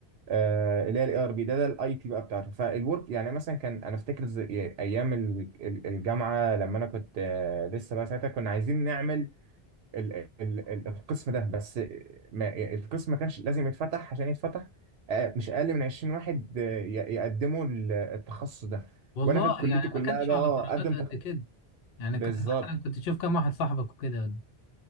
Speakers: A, on the right; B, on the left.
A: آه، اللي هي الاي ار بي ده ده الاي تي بقى بتاعته فالورك يعني مثلا كان انا افتكر زي- ايام ال- ال- الجامعه لما انا كنت آه، لسه بقى ساعتها كنا عايزين نعمل ال ال ال القسم ده بس ما القسم ما كانش لازم يتفتح عشان يتفتح آه، مش اقل من 20 واحد آه، ي- يقدموا ال- التخصص ده
B: والله
A: وانا كانت كليتي
B: يعني
A: كلها
B: ما كانش
A: بقى
B: على
A: اه
B: درجات
A: قدم
B: قد
A: تخ...
B: كده يعني
A: بالظبط
B: ك- مثلا كنت تشوف كام واحد صاحبك وكده